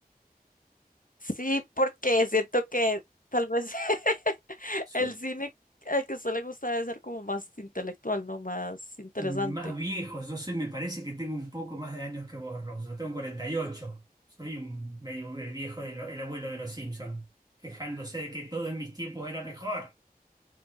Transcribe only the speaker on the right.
Soy
más viejo. Yo soy, me parece que tengo un poco más de años que vos, Rose. Yo tengo 48. Soy un medio el viejo, de lo- el abuelo de los Simpson, quejándose de que todo en mis tiempos era mejor.